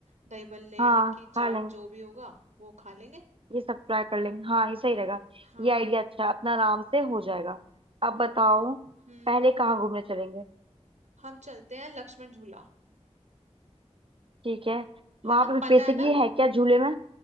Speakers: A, on the right; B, on the right.
A: दही भल्ले
B: हाँ
A: टिक्की
B: खा
A: चाट
B: लेंगे
A: जो भी होगा वो खा लेंगे
B: ये सब ट्राई कर लेंगे हाँ ये सही रहेगा
A: हाँ
B: ये आइडिया अच्छा है, अपना आराम से हो जाएगा अब बताओ
A: हम्म
B: पहले कहाँ घूमने चलेंगे
A: हम चलते हैं लक्ष्मण झूला
B: ठीक है वहां
A: है ना
B: पर
A: पता
B: बेसिकली
A: है ना वो
B: है क्या झूले में